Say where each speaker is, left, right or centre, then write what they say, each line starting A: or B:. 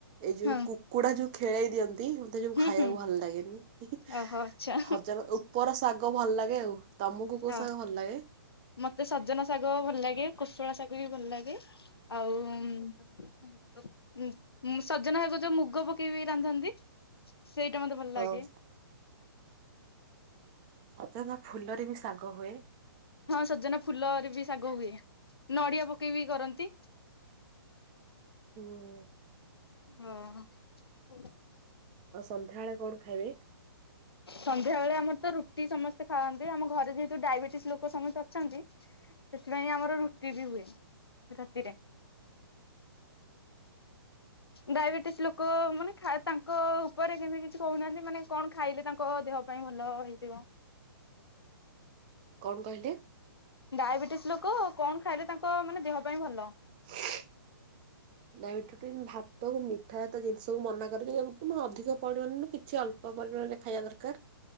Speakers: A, on the right; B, on the left.
A: ଏଇ ଯୋଉ
B: ହଁ
A: କୁକୁଡା ଯୋଉ ଖେଳେଇ ଦିଅନ୍ତି ମତେ ଯୋ
B: ହୁଁ
A: ଖାଇବାକୁ
B: ହୁଁ
A: ଭଲ ଲାଗେନି
B: ଓହୋ ଆଚ୍ଛା।
A: ହ ଉପର ଶାଗ ଭଲ ଲାଗେ ଆଉ ତମକୁ କୋଉ
B: ହଁ
A: ଶାଗ ଭଲ ଲାଗେ?
B: ମତେ ସଜନା ଶାଗ ଭଲ ଲାଗେ କୁଶଳ ଶାଗ ବି ଭଲ ଲାଗେ ଆଉ ସଜନା ଶାଗ ଯୋଉ ମୁଗ ପକେଇକି ରାନ୍ଧନ୍ତି। ସେଇଟା ମତେ ଭଲ ଲାଗେ
A: ହଁ। ସଜନା ଫୁଲରେ ବି ଶାଗ ହୁଏ।
B: ହଁ ସଜନା ଫୁଲରେ ବି ଶାଗ ହୁଏ ନଡିଆ ପକେଇ ବିି କରନ୍ତି।
A: ହୁଁ
B: ହଁ <unintelligible>
A: ଆଉ ସନ୍ଧ୍ୟାବେଳେ କଣ ଖାଇବେ?
B: ସନ୍ଧ୍ୟା ବେଳେ ଆମର ତ ରୁଟି ସମସ୍ତେ ଖାଆନ୍ତି ଆମ ଘରେ ଯେହେତୁ ଡାଇବେଟିସ ଲୋକ ସମସ୍ତେ ଅଛନ୍ତି ସେଥିପାଇଁ ଆମର ରୁଟି ବି ହୁଏ ରାତିରେ। ଡାଇବେଟିସ ଲୋକ ମାନେ ତାଙ୍କ ଉପରେ କେମିତି କିଛି କହୁନାହାନ୍ତି ମାନେ କଣ ଖାଇଲେ ତାଙ୍କ ଦେହ ପାଇଁ ଭଲ ହେଇଥିବ।
A: କଣ କହିଲେ?
B: ଡାଇବେଟିସ୍ ଲୋକ କଣ ଖାଇଲେ ତାଙ୍କ ମାନେ ଦେହ ପାଇଁ ଭଲ?
A: ହଁ ଡାଇବେଟଟିନ ଭାତ ମିଠା ଜାତ ଜିନିଷ କୁ ମନା କରିକି ଅଧିକ ପଡିବନି କିଛି ଅଳ୍ପ ପରିମାଣ ରେ ଖାଇବା ଦରକାର